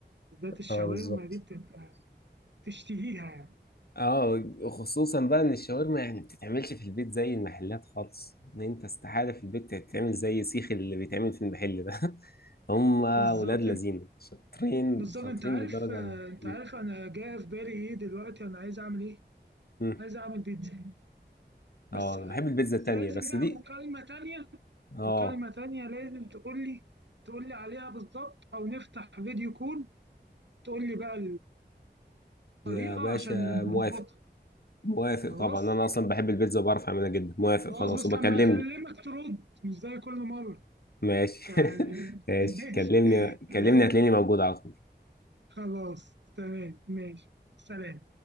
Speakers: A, on the right; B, on the left.
A: بالذات الشاورما
B: اه بالظبط
A: دي بتبقى تشتهيها يعني
B: اه خصوصا بقى ان الشاورما يعني ما بتتعملش في البيت زي المحلات خالص ان انت استحالة في البيت تتعمل زي سيخ اللي بيتعمل في المحل ده <laughs> هم
A: بالظبط
B: ولاد لذين
A: انت-
B: شاطرين
A: بالظبط
B: شاطرين
A: انت عارف
B: بالدرجة
A: آه، انت
B: م-
A: عارف انا جاي في بالي ايه دلوقتي انا عايز اعمل ايه
B: م.
A: عايز اعمل بيتزا بس
B: اه انا بحب البيتزا
A: بس
B: التانية
A: لازم
B: بس
A: بقى
B: دي
A: مكالمة تانية
B: اه
A: مكالمة تانية لازم تقول لي تقول لي عليها بالظبط او نفتح فيديو كول تقول لي بقى
B: يا
A: الطريقة
B: باشا
A: عشان نظبطها
B: موافق موافق
A: خلاص
B: طبعا انا اصلا بحب البيتزا وبعرف اعملها جدا موافق
A: خلاص
B: خلاص
A: بس
B: وبكلمني
A: لما اكلمك ترد مش زي كل مرة
B: ماشي
A: يعني
B: <laughs> ماشي
A: <laughs> ماشي
B: كلمني
A: ماشي.
B: كلمني هتلاقيني موجود على طول
A: خلاص تمام ماشي سلام